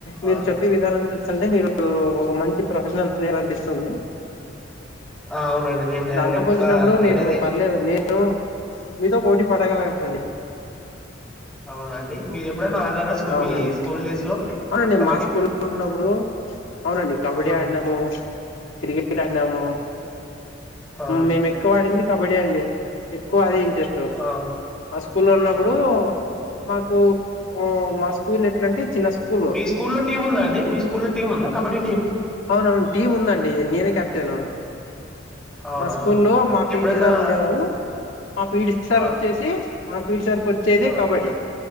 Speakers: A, on the left; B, in the centre.
A: మీరు
B: ఆ
A: చెప్పే విధానం చూస్తే అంటే మీరు ఒక మంచి ప్రొఫెషనల్ ప్లేయర్ అనిపిస్తుంది
B: ఆ అవునండి నేను లే
A: దాంతో
B: లెఫ్ట్
A: పోలిచినప్పుడు
B: కా రైడరే
A: నేను పర్లేదు నేను మీతో పోటీ పడగలన్ ఇంకా ఏం పని
B: అవున అండి మీరు ఎప్పుడైనా ఆడారా స్కూ
A: అవునండి
B: మీ స్కూల్ డేస్ లో
A: అవునండి
B: కబడ్డీ
A: మా స్కూల్లో ఉన్నప్పుడు అవునండి కబడ్డీ
B: ఉమ్
A: ఆడినాము క్రికెట్ ఆడినాము
B: ఆ
A: మేము ఎక్కువ ఆడింది ఇన్ని కబడ్డే అండి ఎక్కువ అదే జస్ట్
B: ఆ
A: మా స్కూల్లో ఉన్నప్పుడు
B: ఉమ్
A: మాకు ఓ మా స్కూల్ ఎట్లా అంటే చిన్న స్కూల్
B: మీ స్కూలో టీం ఉందా అండి మీ స్కూలో టీం ఉందా కబడ్డీ టీం
A: అవునవును టీం ఉందండి నేనే కెప్టెను
B: అవునా
A: మా స్కూల్లో మా పిటి
B: ఎప్పుడన్నా
A: సార్ ఉండేవాడు మా పీటి సార్
B: ఆ
A: వచ్చేసి మాక్ పిటి సార్కి వచ్చేదే
B: ఆ
A: కబడ్డీ